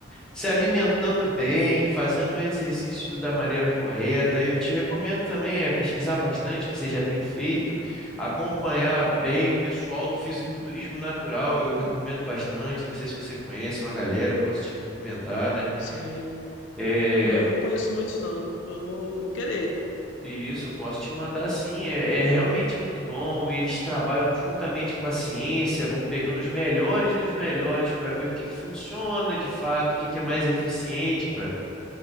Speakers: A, in the centre; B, on the left.
A: se alimentando bem, fazendo o exercício da maneira correta. Eu te recomendo também é pesquisar bastante o que você já tem feito, acompanhar bem o pessoal do fisiculturismo natural. Eu recomendo bastante. Não sei se você conhece é uma galera, posso te recomendar, né?
B: Sim,
A: É,
B: Não, não conheço muitos, não. Eu vou, vou querer.
A: Isso, eu posso te mandar sim. É, é realmente muito bom. e Eles trabalham juntamente com a ciência, vão pegando os melhores dos melhores para ver o que que funciona de fato, o que que é mais eficiente para